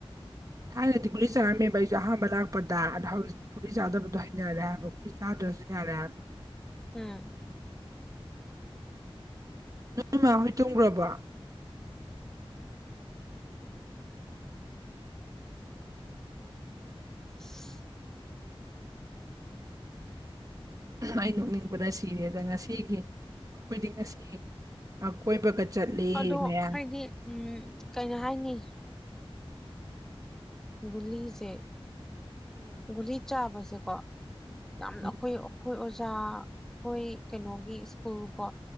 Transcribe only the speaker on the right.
ꯊꯥꯏꯅꯗꯤ ꯒꯨꯂꯤ ꯆꯥꯔꯝꯃꯦꯕ ꯑꯩꯖꯨ ꯑꯍꯥꯟꯕ ꯂꯥꯛꯄꯗ ꯑꯗꯣ ꯍꯧꯖꯤꯛꯇꯤ ꯒꯨꯂꯤ ꯆꯥꯗꯕꯗꯣ ꯍꯩꯅꯔꯦ ꯍꯥꯏꯕ ꯒꯨꯂꯤ ꯆꯥꯗ꯭ꯔꯖꯨ ꯌꯥꯔꯦ ꯍꯥꯏꯕ
ꯅꯣꯏꯃꯥ ꯍꯣꯏ ꯇꯨꯝꯒꯔꯕꯣ
ꯃꯥꯏ ꯅꯣꯛꯅꯤꯡꯕꯗ ꯁꯤꯔꯦꯗ ꯉꯁꯤꯒꯤ ꯑꯩꯈꯣꯏꯗꯤ ꯉꯁꯤ ꯑꯀꯣꯏꯕꯒ ꯆꯠꯂꯦ
ꯃꯌꯥꯝ
ꯎꯝ
ꯎꯝ